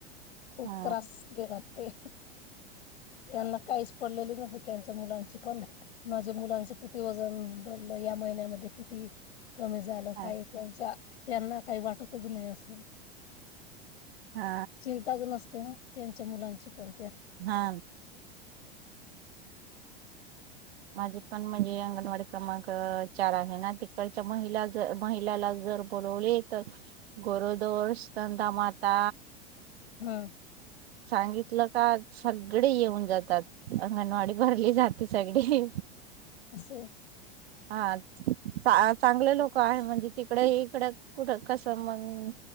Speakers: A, on the left; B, on the right.
A: खूप
B: हा
A: त्रास घेतात. ते त्यांना काहीच पडलेले नस त्यांच्या मुलांची पण माझ्या मुलांचं किती वजन भरलं या महिन्यामध्ये किती कमी झालं
B: हा
A: काय त्यांच्या त्यांना काही वाटतच नाही असं
B: हा
A: चिंताच नसते ना त्यां त्या मुलांची पर
B: हा माझे पण म्हणजे अंगणवाडी क्रमांक चार आहे ना तिकडच्या महिला ज महिलाला जर बोलवले तर गोरोदोषतंदा माता
A: हा
B: सांगि लकात सगडी येऊन जातात अंगणवाडी भरली जाते सगडी ईही
A: असो
B: हा चांगले लोक आहे म्हणजे ते इकड इकडं कुठ कसं मग